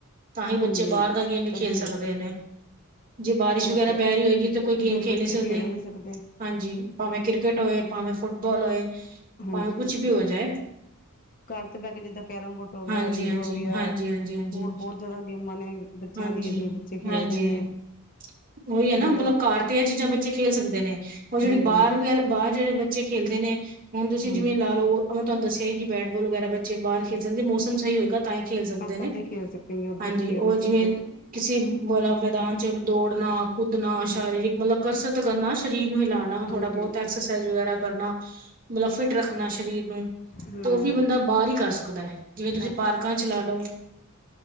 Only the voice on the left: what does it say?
ਹਾਂਜੀ
ਹਾਂਜੀ
ਤਦੇ
ਬੱਚੇ
ਇਹ
ਤੇ
ਹੈ
ਫਿਰ
ਬੱਚੇ
ਖੇਡ ਹੀ ਨਹੀਂ ਸਕਦੇ
ਹਾਂਜੀ
ਹਾਂਜੀ
ਘਰ ਤੇ ਬਹਿ ਕੇ ਜਿੱਦਾਂ ਕੈਰਮ ਬੋਰਡ ਹੋ ਗਿਆ,
ਲੀਡੋ
ਹੋ ਗਿਆ,
ਹੋਰ ਬਹੁਤ ਜਿਆਦਾ ਗੇਮਾਂ ਨੇ ਬੱਚਿਆਂ
ਦੀ ਜਿਹੜੇ ਬੱਚੇ ਖੇਡਦੇ
ਨੇ
ਬੰਦਾ
ਹਾਂਜੀ
ਹਾਂਜੀ
ਹਾਂਜੀ
ਆਪ
ਤਦੇ ਖੇਲ ਸਕੇਗੇ ਓਦਾਂ
ਤਾਂ ਖੇਲ
ਨਹੀਂ ਸਕਦੇ
ਹਾਂਜੀ
ਹਾਂਜੀ
ਹਾਂਜੀ
ਹਮ
ਹਾਂਜੀ
ਇਹ
ਤੇ ਹੈ